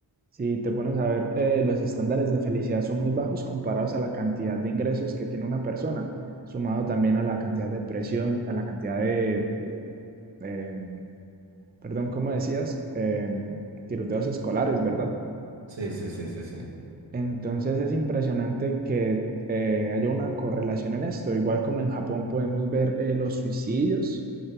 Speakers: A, on the right; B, on the right.
A: Si te pones a ver, eh, los estándares de felicidad son muy bajos comparados a la cantidad de ingresos que tiene una persona, sumado también a la cantidad de presión, a la cantidad de, eh, perdón, ¿cómo decías? Eh, tiroteos escolares, ¿verdad?
B: Sí, sí, sí, sí, sí.
A: Entonces es impresionante que eh, haya una correlación en esto, igual como en Japón podemos ver eh, los suicidios,